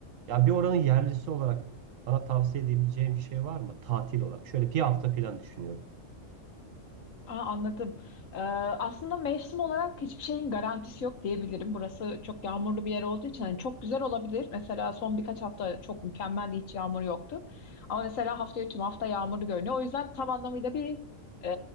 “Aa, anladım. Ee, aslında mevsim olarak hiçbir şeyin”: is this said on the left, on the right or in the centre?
Left